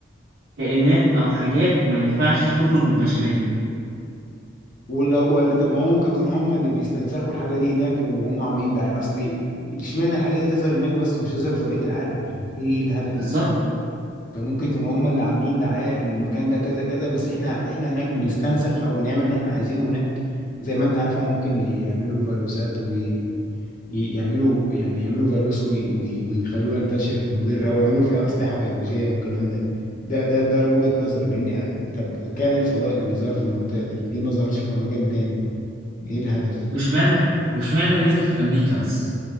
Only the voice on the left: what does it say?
ولو ولا طب ما هو ممكن يكونوا هم اللي بيستنسخوا الحاجه دي هناك وهم عاملين ده اصل اشمعنى الحاجه دي تظهر هناك بس ومش تظهر في بقيه العالم يعني ايه ايه الهدف
فممكن يكونوا هم اللي عاملين دعايه المكان ده كذا كذا بس احنا احنا هناك بنستنسخ او بنعمل اللي احنا عايزينه هناك زي ما انت عارف هم ممكن يعملوا فيروسات ويعملوا يعني يعملوا فيروس وي- وي- ويخلوه ينتشر مضر او يعملوا فيها اسلحه بيولوجيه والكلام ده ده ده ده وجهة نظري لان طب كان الفضاء اللي ظهر في المنطقه دي ليه ما ظهرش في مكان تاني ايه الهدف